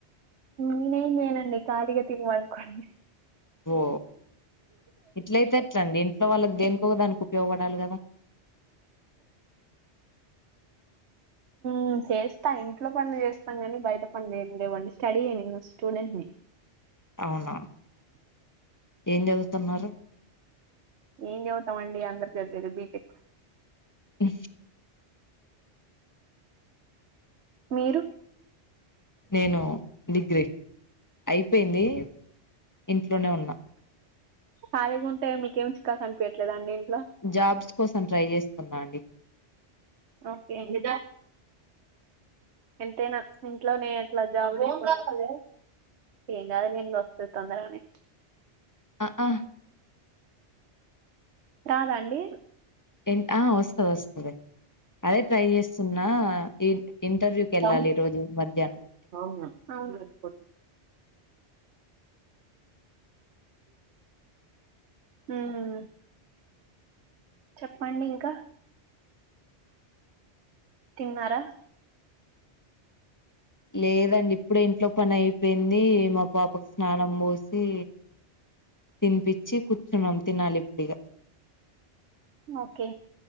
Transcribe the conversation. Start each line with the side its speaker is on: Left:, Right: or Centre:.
Right: నీనేం చెయ్యనండి తాడీగా తిన్ పన్కోండి
Left: ఓ ఇట్లైతే ఎట్లండి ఇంట్లో వాళ్ళకి దేనికో ఒక దానికి ఉపయోగపడాలి కదా?
Right: ఉమ్ చేస్తా ఇంట్లో పనులు చేస్తాం కాని బయట పనులు ఏం లేవండి స్టడీయే నింగా స్టూడెంట్ ని
Left: అవునా ఏం చదువుతున్నారు?
Right: ఏం చదువుతాం అండి అందరు చదివేది బీటెక్
Left: అ
Right: మీరు?
Left: నేను డిగ్రీ ఐపేంది ఇంట్లోనే ఉన్నా.
Right: ఖాలీగా ఉంటే మీకేం చికాక్ అనిపియట్లేదా అండి ఇంట్
Left: జాబ్స్ కోసం ట్రై చేస్తున్నా అండి
Right: ఓకే అండి ఎంతైనా ఇంట్లోనే అట్లా జాబ్ చేస్ ఏంగాద్ లే అండి వస్తది తొందరగానేే
Left: అ ఆ
Right: రాద అండి
Left: ఎం ఆ వస్తది వస్తది అదే ట్రై చేస్తున్నా ఈ ఇంటర్వ్యూకి వెళ్ళాలి
Right: <unintelligible>
Left: ఈ
Right: అవును
Left: రోజు మధ్యాహ్నం ఒకటి
Right: అవును <inaudible> ఉహ్మ్ చెప్పండి ఇంకా? తిన్నారా?
Left: లేదండి ఇప్పుడే ఇంట్లో పని ఐపేయింది మా పాపకు స్నానం పోసి తిన్పిచ్చి కూర్చున్నాం తినాలి ఇప్పుడిగా
Right: ఓకే